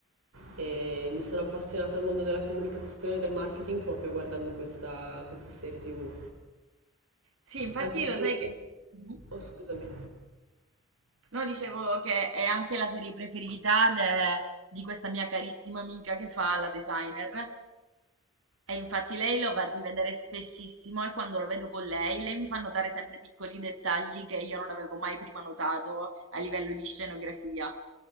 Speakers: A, on the right; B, on the right.
A: e mi sono appassionata al mondo della comunicazione e del marketing proprio guardando questa, questa serie TV.
B: Sì, infatti
A: La tua
B: lo
A: serie
B: sai
A: TV?
B: che... Mhm.
A: Oh, scusami.
B: No, dicevo che è anche la serie preferita de- di questa mia carissima amica che fa la designer. E infatti lei lo va a rivedere spessissimo e quando lo vedo con lei, lei mi fa notare sempre piccoli dettagli che io non avevo mai prima notato a livello di scenografia.